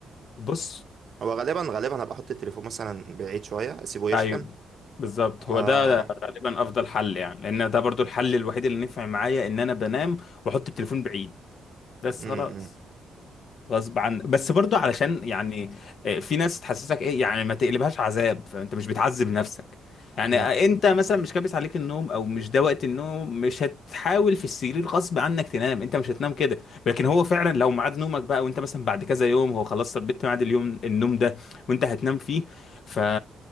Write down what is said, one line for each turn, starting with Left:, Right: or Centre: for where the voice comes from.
Left: بص
Right: هو غالبا غالبا هبقى احط التليفون مثلا بعيد شويه اسيبه يشحن
Left: ايوه بالظبط
Right: آه
Left: هو ده غالبا افضل حل يعني لان ده برضو الحل الوحيد اللي نفع معايا ان انا بنام واحط التليفون بعيد بس
Right: امم،
Left: خلاص
Right: امم.
Left: غصب عن بس برضو علشان يعني آه، في ناس تحسسك ايه يعني ما تقلبهاش عذاب فانت مش بتعذب نفسك يعني
Right: امم
Left: آه، انت مثلا مش كابس عليك النوم او مش ده وقت النوم مش هتحاول في السرير غصب عنك تنام انت مش هتنام كده لكن هو فعلا لو ميعاد نومك بقى وانت مثلا بعد كذا يوم هو خلاص ثبت ميعاد اليوم النوم ده وانت هتنام فيه ف